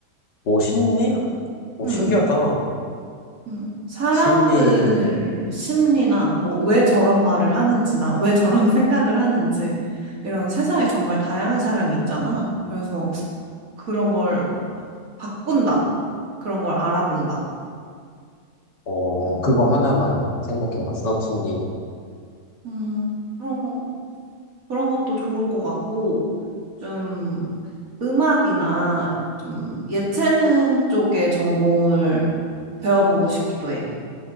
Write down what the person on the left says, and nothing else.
오, 심리?
오,
신기하다.
심리,
어,
그거 하나만 생각해봤어? 심리학?